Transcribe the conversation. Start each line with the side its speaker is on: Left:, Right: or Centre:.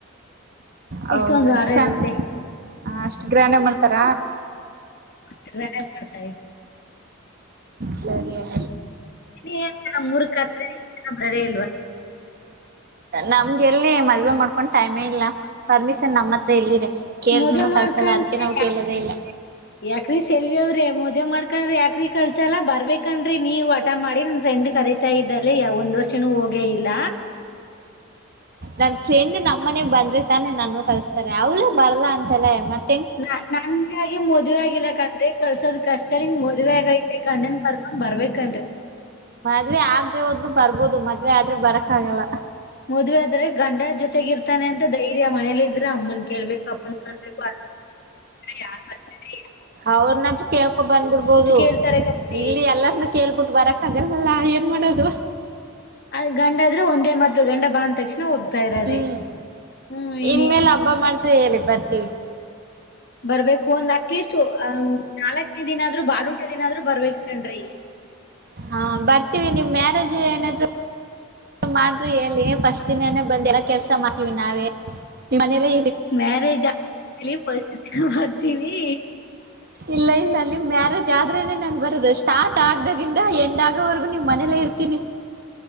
Right: ಹೌದ
Left: ಇಷ್ಟೊಂದು ವಾರ
Right: ಚಂದ್
Left: ಇರುತ್ತೆ
Right: ಅ ಅಷ್ಟ್ ಗ್ರ್ಯಾಂಡಾಗ್ ಮಾಡ್ತಾರ.
Left: <unintelligible> ಮಾಡ್ತಾಯ್.
Right: ಸರಿಯ <unintelligible>
Left: ಏನ್ ನಮ್ಮೂರ್ <unintelligible> ಇಲ್ವಾ
Right: ನಮ್ಗೆ ಎಲ್ಲಿ ಮದುವೆ ಮಾಡ್ಕೊಂಡ್ ಟೈಮೇ ಇಲ್ಲ ಪರ್ಮಿಷನ್ ನಮ್ಮ ಹತ್ರ ಎಲ್ಲಿದೆ. ಕೇಳಿದ್ರುನು
Left: ಮದೆ ಮಾಡ್ಕೊಂ
Right: ಕಲ್ಸಲ್ಲ ಅದಕ್ಕೆ
Left: <unintelligible>
Right: ನಾವು ಕೇಳೋದೇ ಇಲ್ಲ
Left: ಯಾಕ್ರಿ ಸೆಲ್ವಿ ಅವ್ರೆ. ಮದುವ ಮಾಡ್ಕೊಂಡ್ರಿ ಯಾಕ್ರಿ ಕಲ್ಸಲ್ಲ ಬರ್ಬೇಕನಾರಿ ನೀವ್ ಹಟ ಮಾಡಿ ನನ್ ಫ್ರೆಂಡ್ ಕರಿತಾ ಇದ್ದಲ್ಲಿ ಒಂದ್ ವರ್ಷನೂ ಹೋಗೇ ಇಲ್ಲ.
Right: ನನ್ ಫ್ರೆಂಡ್ ನಮ್ಮ ಮನೆಗ್ ಬಂದ್ರೆ ತಾನೆ ನಾನು ಕಳಸ್ತಾರೆ ಅವಳು ಬರಲ್ಲಾ ಅಂತಾಳೆ ಮತ್ತ.
Left: ನಾ ನನ್ಗಾಗಿ ಮದವೆ ಆಗಿಲ್ಲ ಕಣ್ರಿ ಕಲ್ಸದ್ ಕಷ್ಟ ನಿಮ್ಗ ಮದ್ವೆ ಆಗೈತಿ. ಏ ಗಂಡನ್ ಕರ್ಕೊಂಡ್ ಬರ್ಬೇಕನ್ರಿ.
Right: ದುವೆ ಆಗ್ದೇ ಹೋದ್ರು ಬರ್ಬೋದು ಮದವೆ ಆದ್ರೆ ಬರಕ್ ಆಗಲ್ಲ.
Left: ಮದ್ವೆ ಆದ್ರೆ ಗಂಡ ಜೊತೆಗ ಇರ್ತಾನೆ ಅಂತ ಧೈರ್ಯ ಮನೇಲಿ ಇದ್ರೆ ಅಮ್ಮನ್ ಕೇಳ್ಬೇಕು ಅಪ್ಪನ್ ಕೇಳ್ಬೇಕು ಅ ಯಾರ್ ಬರ್ತಾರಿ.
Right: ಅವ್ರನಾದರು ಕೇಳ್ಕೊಂಡು ಬಂದ್ಬಿಡ್ಬೋದು
Left: ಕೇಳ್ತಾರೆ ಕಣ್ರೀ
Right: ಇಲ್ಲಿ ಎಲ್ಲರನು ಕೇಳ್ಬಿಟ್ಟ ಬರಕ ಆಗಲ್ಲ. ಅಲ್ಲಾ ಏನ್ ಮಾಡೋದು.
Left: ಅದ ಗಂಡ ಆದ್ರೂ ಒಂದೇ ಮದ್ದು ಗಂಡ ಬಾ ಅಂದ ತಕ್ಷಣ. ಹೋಗ್ತಾ ಇರೋದೆ
Right: ಹ್ಮ್
Left: ಹ್ಮ್ ಇನ್ನೇನ್
Right: ಇನ್ ಮೇಲೆ ಹಬ್ಬ ಮಾಡ್ತ ಹೇಳಿ ಬರ್ ತೀವೀ.
Left: ಬರ್ಬೇಕು ಒಂದ್ ಅಟ್ಲೀಸ್ಟ್ ಅ ನಾಲ್ಕನೇ ದಿನ ಆದ್ರು ಬಾಡೂಟಾ ದಿನ ಆದ್ರು ಬರ್ಬೇಕ ಕಣ್ರಿ.
Right: ಹಾ ಬರ್ತೀವಿ ನಿಮ್ ಮ್ಯಾರೇಜ್ ಏನಾದ್ರು ಮಾಡ್ರಿ ಹೇಳಿ ಫಸ್ಟ್ ದಿನ ಬಂದ ಎಲ್ಲ ಕೆಲ್ಸ ಮಾಡ್ತೀವಿ ನಾವೇ ಮನೇಲಿ.
Left: ಮ್ಯಾರೇಜ್ ಆದಮೇಲೆ ಫಸ್ಟ್. ಆತೀವಿ.
Right: ಇಲ್ಲ ಇಲ್ಲ ಅಲ್ಲಿ ಮ್ಯಾರೇಜ್ ಆದೂರು ಮೇಲೆನೆ ನಾನ್ ಬರೋದು ಸ್ಟಾರ್ಟ್ ಆಗ್ದಾಗಿಂದ್ ಎಂಡ್ ಆಗೋವರೆಗೂ ನಿಮ್ಮ ಮನೇಲೆೇ ಇರ್ತೀನಿ.